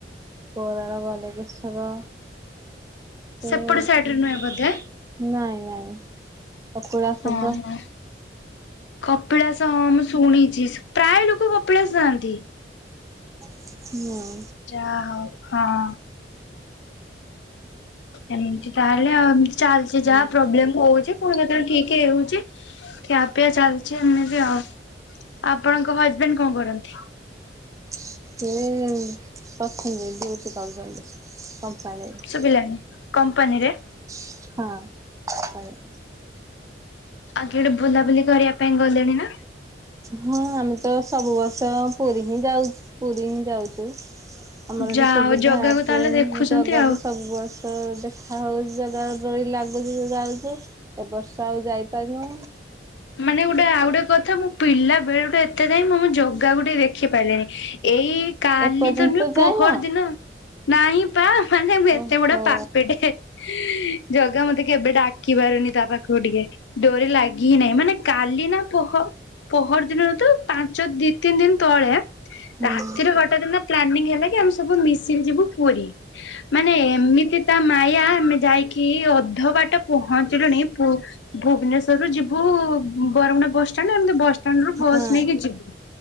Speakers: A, on the right; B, on the left.
A: ଗୋରାର ବାଲଗେଶର
B: ସେପଟେ
A: ଓ
B: ସାଇଡ
A: ନାଇଁ
B: ରେ ନୁହେଁ ବୋଧେ?
A: ନାଇଁ। କକୁଳା
B: ହଁ
A: ସଭା
B: ହଁ। କପିଳାସ ହଁ ମୁଁ ଶୁଣିଛି ପ୍ରାୟ ଲୋକ କପିଳାସ ଯଆନ୍ତି।
A: ନାଁ।
B: ଯା ହଉ ହଁ। ଏମତି ତାହେଲେ ଏମତି ଚାଲିଚ ଯାହା
A: ନା
B: ପ୍ରୋବ୍ଲେମ ହଉଛି। ହଁବେ ତାହଲେ ଠିକ ହଉଛି ଖିଆପିଆ ଚାଲିଛି ଏମିତି ଆଉ ଆପଣଙ୍କ ହଜବେଣ୍ଡ କଣ କରନ୍ତି।
A: ସେ କରିଛନ୍ତି ଡି୍ୟଉଟି କରୁଛନ୍ତି କମ୍ପାନୀରେ।
B: ଶୁଭିଲାନି କମ୍ପାନୀରେ।
A: ହଁ।
B: ଆଉଗ ଗୋଟେ ବୁଲାବୁଲି କରିବା ପାଇଁ ଗଲେଣି ନା
A: ହଁ ଆମେ ତ ସବୁ ବର୍ଷ ପୁରୀ ହିଁ ଯାଉଛ ପୁରୀ ହିଁ ଯାଉଛୁ। ଆମର
B: ଯାହା
A: ଏଠି ସୁବିଧା
B: ହଉ ଜଗାକୁ
A: ଟ୍ରେନ
B: ତାହେଲେ ଦେଖୁଛନ୍ତି
A: ଜାଗାକୁ
B: ଆଉ।
A: ସବୁ ବର୍ଷ ଦେ ହଉ ଜାଗା ଡଳି ଲାଗୁଛି ତ ଯାଉଛୁ ଏ ବର୍ଷା ଆଉ ଯାଇପାରୁନୁ
B: ମାନେ ଗୋଟେ ଆଉ ଗୋଟେ କଥା ମୋ ପିଲା ବେଳୁ ଏତେ ଯାଏ ମୁଁ ମୋ ଜଗାକୁୁ ଟିକେ ଦେଖି ପାରିଲିନି ଏଇ କାଲି
A: ଏପର୍ଯ୍ୟନ୍ତ
B: ତ ନୁହେଁ ପହରଦିନ
A: ଯାଇନ
B: ନାଇଁ ପା। ମାନେ ମୁଁ ଏତେ
A: ଓହୋ
B: ବଡ ପାପିଟେ ଜଗା ମତେ କେବେ ଡାକି ପାରୁନି ତା ପାଖକୁ ଟିକେ ଡୋରି ଲାଗି ହିଁ ନାହିଁ ମାନେ କାଲି ନା ପହ ପହରଦିନତ ପାଞ୍ଚ ଦି ତିନି ଦିନି ତଳେ।
A: ହୁଁ ହଁ
B: ରାତିରେ ହଠାତ୍ ନା ପ୍ଲାନିଙ୍ଗ୍ ହେଲା କି ଆମେ ସବୁ ମିଶିକି ଯିବୁ ପୁରୀ ମାନେ ଏମିତି ତା ମାୟା ଆମେ ଯାଇକି କି ଅଧ ବାଟ ପହଞ୍ଚିଲୁଣି ଭୁବନେଶ୍ଵରରୁୁ ଯିବୁ ହୁ ବରମୁଣ୍ଡା ବସ୍ ଷ୍ଟାଣ୍ଡ ଆମେ ବସଷ୍ଟାଣ୍ଡ ରୁ ବସ୍
A: ହଁ
B: ନେଇକି ଯିବୁ